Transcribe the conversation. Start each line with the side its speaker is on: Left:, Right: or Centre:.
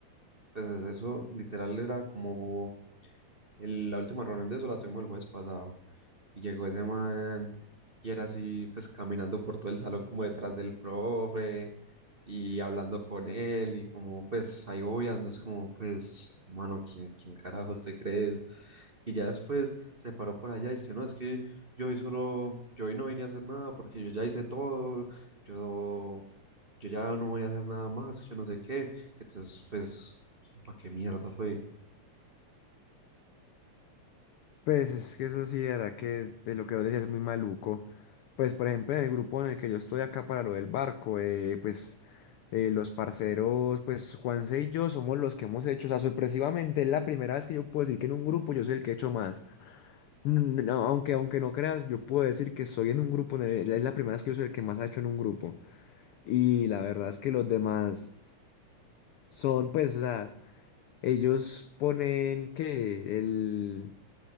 Right: Pues eso literal era como el- la última reunión de eso la tuvimos el jueves pasado. Y llegó ese man y era así, pues caminando por todo el salón como detrás del profe y hablando con él y como pues ahí obviando, es como pues, mano, ¿quién, quién carajos te crees? Y ya después se paró por allá y es que no, es que yo hoy solo, yo hoy no vine a hacer nada porque yo ya hice todo, yo, yo ya no voy a hacer nada más, yo no sé qué. Entonces, pues, ¿para qué mierda fue?
Left: Pues es que eso sí, de verdad que de lo que vos decías es muy maluco. Pues por ejemplo, en el grupo en el que yo estoy acá para lo del barco, eh, pues eh, los parceros, pues Juanse y yo somos los que hemos hecho, o sea, sorpresivamente es la primera vez que yo puedo decir que en un grupo yo soy el que he hecho más. N- no, aunque, aunque no creas, yo puedo decir que soy en un grupo, en el- es la primera vez que yo soy el que más ha hecho en un grupo. Y la verdad es que los demás son, pues, o sea, ellos ponen que el